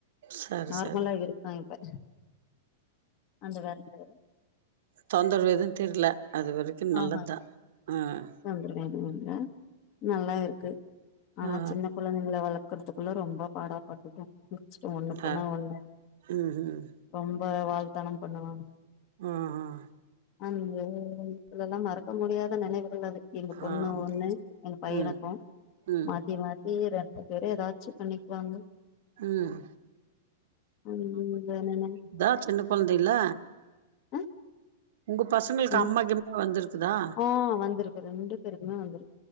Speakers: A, on the right (about 60°); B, on the left (about 30°).
A: சரி
B: நார்மலா
A: சரி
B: இருக்கா இப்ப அந்த வெரலு
A: தொந்தரவு எதுவும் தெரீல அது வரைக்கும் நல்லத்தான்
B: ஆஹா
A: ஆஹ்
B: தொந்தரவு ஏதுமில்லே நல்லா ருக்கு ஆனா
A: ஆ
B: சின்ன கொ கொழந்தைங்கள வளக்கறதுக்குள்ள ரொம்ப பாடாப் பட்டுட்டோ முடிச்சிட்டோ ஒண்ணு
A: ந
B: போனா ஒண்ணு
A: ம் ம்
B: ரொம்ப வால்த்தனம் பண்ணுவாங்க
A: ஆஹான்
B: அந்த இதுல எல்லாம மறக்க முடியாத நினைவுகள் அது எங்க பொண்ணு
A: ஆம்
B: ஒண்ணு எங்க பையனுக்கும்
A: ம் ம்
B: மாத்தி மாத்தி ரெ ஓன் பேரு எதாச்சு பண்ணிக்வாங்க
A: ம்
B: ம் ம் வேணுனே
A: அதா சின்ன கொழந்தைல
B: ஆ
A: உங்க பசங்களுக்கு
B: என்ன
A: அம்மா கிம்மா வந்திருக்குதா
B: ஆ வந்திருக்கு ரெண்டு பேருக்குமே வந்துரு